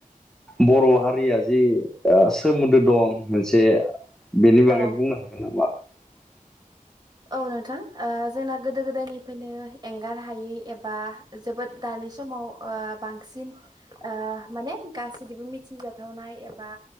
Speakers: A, in the centre; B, on the right (about 30°).
A: बर' हारिया जि ओ सोमोन्दो दं मोनसे बेनि बागै
B: औ
A: बुंनो हागोन नामा? <unintelligible>
B: औ नोंथां ओ जोंना गोदो गोदायनिफ्रायनो एंगार हायै एबा जोबोद दानि समाव ओ बांसिन ओ माने गासिनिबो मिथिजाथावनाय एबा